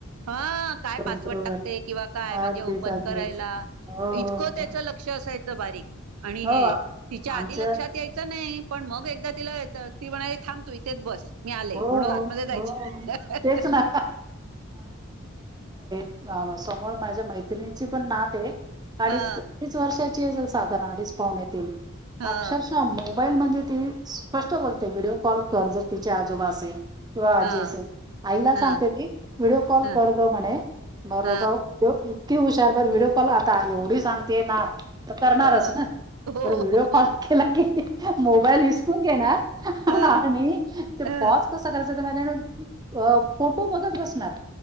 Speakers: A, on the right; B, on the right.
A: ह काय
B: बरोबर
A: पासवर्ड टाकते किंवा काय म्हणजे
B: अगदीच
A: ओपन
B: अगदीच
A: करायला.
B: हो
A: इतकं
B: हो
A: त्याच लक्ष असायचं. बारीक आणि
B: हो
A: हे
B: हो,
A: तिच्या आधी
B: आमचं
A: लक्षात यायचं नाही पण मग एकदा तिला त ती म्हणा थांबतो इथेच बस मी आले
B: हो,
A: म्हणून आतमध्ये जायची
B: हो. तेच ना. हा समोर माझ्या मैत्रिणीची पण नाते अडीच
A: हा
B: अडीच वर्षाची <unintelligible> सात अडीच पावणेतीन
A: हा
B: अक्षरशा मो मोबाईल म्हणजे ती स्पष्ट बोलते व्हिडिओ कॉल कर जर तिच्या आजोबा असेल. किंवा आजी
A: हा
B: असेल आईला सांगते
A: हा
B: ती व्हिडिओ कॉल
A: ह
B: कर ग म्हणे. बरोबर
A: ह
B: इतकी हुशार बर व्हिडिओ कॉल आता एवढी सांगते ना. तर करणारच
A: ह
B: ना.
A: हो
B: बरं व्हिडिओ कॉल केला की मोबाईल इसकून घेणार
A: ह
B: आणि
A: अ
B: पॉज कसा करायचा त्या माहिती फोटो बघत बसणार.